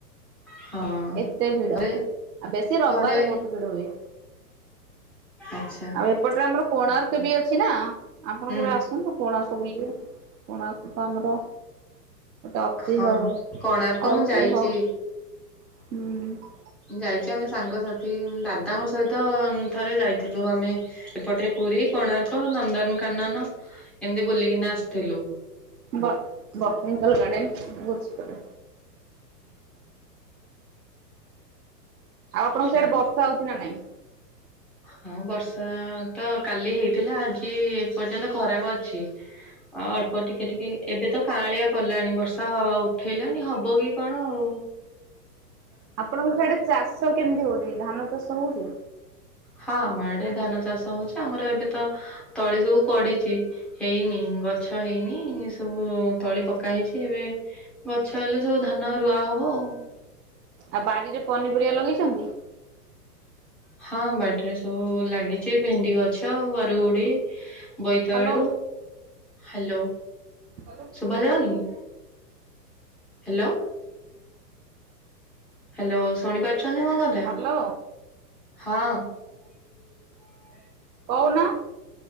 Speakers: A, in the centre; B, on the right (about 70°).
A: ହଁ
B: ଏତେ ଭିଡ
A: ଘରେ
B: ଆଉ ବେଶୀ ରବିବାରେ
A: ଘରେ
B: ବହୁତ ଭିଡ ହୁଏ।
A: ଆଚ୍ଛା।
B: ଆଉ ଏପଟରେ ଆମର କୋଣାର୍କ ବି ଅଛି ନା ଆପଣ
A: ହୁଁ
B: କେବେ ଆସନ୍ତୁ। କୋଣାର୍କ ବୁଲିବେ କୋଣାର୍କ ଆମର ଅତିହ-
A: ହଁ କୋଣାର୍କ
B: ଐତିହ।
A: ମୁଁ ଯାଇଛି।
B: ହୁଁ।
A: ଯାଇଚି ଆମେ ସାଙ୍ଗସାଥି ଦାଦାଙ୍କ ସହିତ ଥରେ ଯାଇଥିଲୁ ଆମେ। ଏପଟେ ପୁରୀ, କୋଣାର୍କ, ନନ୍ଦନକାନନ ଏମିତି ବୁଲିକିନା ଆସିଥିଲୁ।
B: ବ- ବଟନିକାଲ୍ ଗାଡେନ୍। ଆଉ ଆପଣଙ୍କ
A: ଆଚ୍ଛା
B: ସିଆଡେ ବର୍ଷା ହଉଚି ନା ନାଇଁ?
A: ହଁ ବର୍ଷା ତ କାଲି ହେଇଥିଲା ଆଜି ଏପର୍ଯ୍ୟନ୍ତ ଖରା ବ ଅଛି। ଆଉ ଅଳ୍ପ ଟିକେ ଟିକେ ଏବେ ତ କାଁଆଳିଆ କଲାଣି ବର୍ଷା ହବ- ଉଠେଇଲାଣି ହବ କି କଣ ଆଉ। ହଁ
B: ଆପଣଙ୍କ ସିଆଡେ ଚାଷ କେମିତି ହଉଚି ଧାନ ଚାଷ ହଉଚି?
A: ହଁ ଆମ ଆଡେ ଧାନ ଚାଷ ହଉଛି ଆମର ଏବେ ତ ତଳି ସବୁ ପଡିଛି। ହେଇନି ଗଛ ହେଇନି ସବୁ ତଳି ପକା ହେଇଛି ଏବେ। ଗଛ ହେଲେ ସବୁ ଧାନ ରୁଆ ହବ ଆଉ।
B: ଆଉ ବାରିରେ ପନିପରିବା ଲଗେଇଛନ୍ତି।
A: ହଁ ବାଡିରେ ସବୁ ଲାଗିଛି ଭେଣ୍ଡି ଗଛ ବରୁଉଡି। ବୋଇତାଳୁ
B: ହ୍ୟାଲୋ
A: ହାଲୋ।
B: ହାଲୋ।
A: ଶୁଭା ଯାଉନି କି ହାଲୋ। ହାଲୋ ଶୁଣି ପାରୁଛନ୍ତି ମୋ କ
B: ହାଲୋ।
A: ହଁ। ହଁ
B: କ ଉନ।